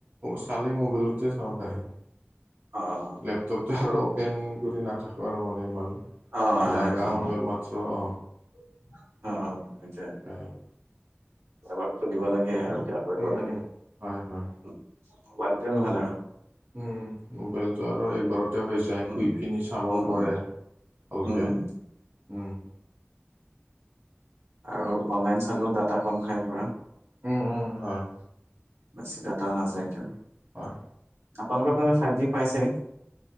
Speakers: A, on the right; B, on the right.
A: চালে মবিলতে চাওঁ হয়। <inaudible>
B: অ', অ'।
A: লেপটপটো আৰু অ'পেন কৰি নাথাকোঁ আৰু মানে ইমান,
B: অ অ সেইটো
A: লগা সময়ত মাত্ৰ অ'।
B: অ', অ', আচ্ছা।
A: উম।
B: এবাৰ খুলিব লাগে আৰু কিবা কৰিব
A: উম,
B: লাগে।
A: হয় হয়।
B: মবাইলটোয়ে ভাল আৰু।
A: উম, মোবাইলটো আৰু একবাৰত হৈ যায়,
B: উম
A: শুই পিনি চাবও
B: উম উম
A: পাৰে ভালকৈ,
B: উম উম
A: উম।
B: আৰু অনলাইন চালেও দাটা কম খাই পুৰা।
A: উম, উম হয়।
B: বেছি ডাটাও নাযায় তেতিয়া।
A: হয়।
B: আপোনালোকৰ ফালে ফাইভ জি পাইছে ছাগে?